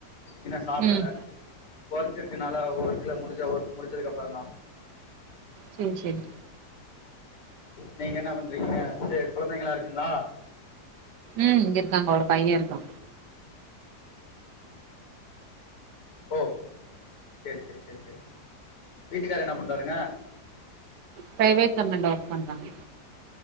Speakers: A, on the left (about 80°); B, on the right (about 80°).
A: இன்னு சாப்ட்டல்ல
B: ம்
A: ஒர்க்கு இருக்கனால ஒர்க்குல முடிச்ச ஒர்க் முடிச்சதுக்கு அப்பறோ தா
B: சேர் சேரி
A: நீங்க என்ன பண்றீங்க இது கொழந்தைங்களா இருக்குங்களா
B: ம் இருக்காங்க ஒரு பையன்ருக்கா
A: ஓ செரி செரி செரி செரி வீட்டுக்காரு என்ன பண்றாருங்க
B: பிரைவேட் கம்பென்ல ஒர்க் பண்றாங்க